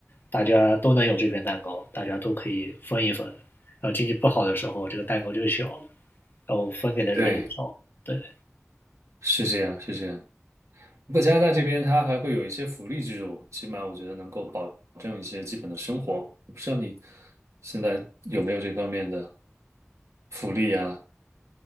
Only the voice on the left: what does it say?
大家都能有这片蛋糕，大家都可以分一分，然后经济不好的时候，这个蛋糕就小了，然后分给的人就少，
对。